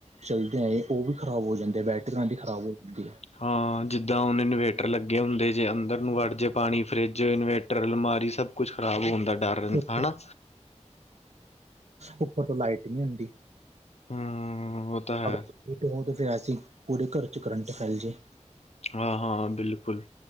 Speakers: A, on the right; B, on the left.
A: ਚਲਦੇ ਆਏ ਓ ਵੀ ਖਰਾਬ ਹੋ ਜਾਂਦੀ ਆ, ਬੈਟਰੀਆਂ ਓਨਾ ਦੀ ਖਰਾਬ ਹੋ ਜਾਂਦੀ ਐ।
B: ਹਾਂ, ਜਿੱਦਾਂ ਹੁਨ ਇਨਵੇਟਰ ਲੱਗੇ ਹੁੰਦੇ ਜੇ ਅੰਦਰ ਨੂੰ ਵੱੜ ਜੇ ਪਾਣੀ ਫ੍ਰੀਜ, ਇਨਵੇਟਰ, ਅਲਮਾਰੀ ਸਬ ਕੁਛ ਖਰਾਬ ਹੋਨ ਦਾ ਡਾਰ
A: ਹੈ
B: ਰੈਂਦਾ ਹਣਾ।
A: ਉੱਪਰ ਤੋਂ ਲਾਈਟ ਈ ਨੀ ਹੁੰਦੀ।
B: ਹੂੰ ਉਹ ਤਾਂ ਹੈ
A: ਅਗਰ <unintelligible> ਫਿਰ ਐਸੀ ਪੂਰੇ ਘਰ ਚ ਕਰੰਟ ਫੈਲ ਜੇ।
B: ਹਾਂ-ਹਾਂ ਬਿਲਕੁਲ।